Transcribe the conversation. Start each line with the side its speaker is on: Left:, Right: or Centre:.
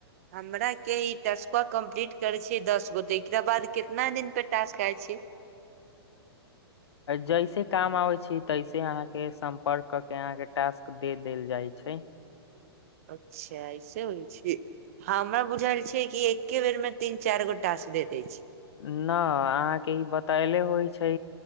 Right: हमरा के इ टस्कुआ कम्प्लीट करे छीे दस गो ते एकरा बाद केतना दिन पे टास खाय छी
Left: जैसे काम आबे छै तैसे अहाँके सम्पर्क क के अहाँके टास्क दे देल जाइ छै
Right: अच्छा ऐसे होइ छै हँ हमरा बुझायल छै कि एके बेरमे तन चार गो टास्क दे दै छय
Left: न अहाँके ई बतायले होइ छै